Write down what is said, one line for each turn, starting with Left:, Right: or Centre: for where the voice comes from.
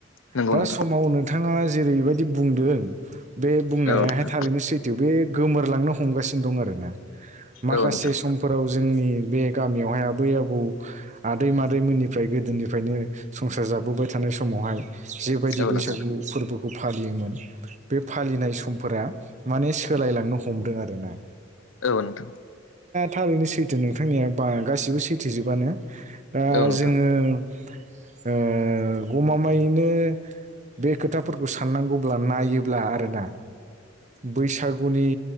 Left: नंगौ
Right: दा
Left: नोंथां
Right: समाव नोंथाङा जेरैबायदि बुंदों बे बुंनायाहाय
Left: औ नोंथां
Right: थारैनो सैथो बे गोमोरलांनो हमगासिनो दं आरो ना माखासे
Left: औ नोंथां
Right: समफोराव जोंनि बे गामियावहाय आबै आबौ आदै मादैमोननिफ्राय गोदोनिफ्रायनो संसार जाबोबाय थानाय समावहाय जेबायदि
Left: औ
Right: बैसागु
Left: नोंथां
Right: फोरबो खौ फालियोमोन बे फालिनाय समफोरा माने सोलायलांनो हमदों आरो ना
Left: औ नोंथां
Right: थारैनो सैथो नोंथांनिया बा गासिबो सैथोजोबानो दा
Left: औ नोंथां औ नोंथां
Right: जोङो ओ गमामायैनो बे खोथाफोरखौ साननांगौब्ला नायोब्ला आरोना बैसागुनि